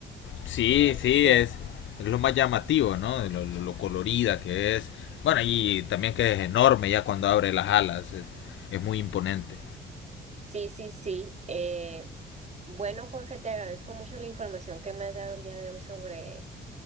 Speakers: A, on the left; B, on the right.
A: Sí,
B: Este.
A: sí es, es lo más llamativo, ¿no? Lo, lo, lo colorida que es. Bueno, y también que es enorme ya cuando abre las alas, es, es muy imponente.
B: Sí, sí, sí. eh, Bueno, Jorge, te agradezco mucho la información que me has dado el día de hoy sobre,